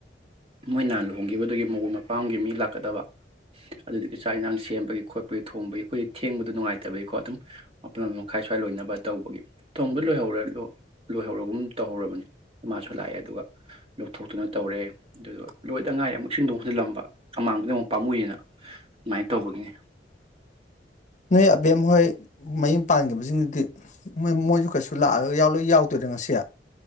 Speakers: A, on the right; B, on the left.
A: ꯃꯣꯏꯅꯍꯥꯟ ꯂꯨꯍꯣꯡꯈꯤꯕꯗꯨꯒꯤ ꯃꯑꯣꯡ ꯃꯄꯥꯝꯒꯤ ꯃꯤ ꯂꯥꯛꯀꯗꯕ ꯑꯗꯨꯗꯒꯤ ꯆꯥꯛ ꯏꯟꯥꯡ ꯁꯦꯝꯕꯒꯤ ꯈꯣꯠꯄꯒꯤ ꯊꯣꯡꯕꯒꯤ ꯑꯩꯈꯣꯏꯗꯤ ꯊꯦꯡꯕꯗ ꯅꯨꯡꯉꯥꯏꯇꯕꯒꯤꯀꯣ ꯑꯗꯨꯝ ꯃꯄꯟ ꯃꯈꯥꯏ ꯁ꯭ꯋꯥꯏ ꯂꯣꯏꯅꯕ ꯇꯧꯕꯒꯤ ꯊꯣꯡꯗ ꯂꯣꯏꯍꯧꯔ ꯂꯣꯏꯍꯧꯔꯒꯨꯝ ꯇꯧꯍꯧꯔꯕꯅꯤ ꯃꯥꯁꯨ ꯂꯥꯛꯑꯦ ꯑꯗꯨꯒ ꯂꯧꯊꯣꯛꯇꯨꯅ ꯇꯧꯔꯦ ꯑꯗꯨꯗ ꯂꯣꯏꯗ ꯉꯥꯏꯔ ꯑꯃꯨꯛ ꯑꯦꯁꯤꯡꯗꯣ ꯍꯟꯖꯤꯜꯂꯝꯕ ꯑꯃꯃꯥꯡꯕꯗ ꯑꯃꯨꯛ ꯄꯥꯝꯃꯨꯏꯦꯅ ꯑꯗꯨꯃꯥꯏꯅ ꯇꯧꯕꯒꯤꯅꯤ
B: ꯅꯣꯏ ꯑꯕꯦꯝ ꯍꯣꯏ ꯃꯌꯨꯝ ꯄꯥꯟꯈꯤꯕꯁꯤꯡꯗꯨꯗꯤ ꯃꯣꯏꯁꯨ ꯀꯩꯁꯨ ꯂꯥꯛꯑꯒ ꯂꯣꯏ ꯌꯥꯎꯗꯣꯏꯔ ꯉꯁꯤ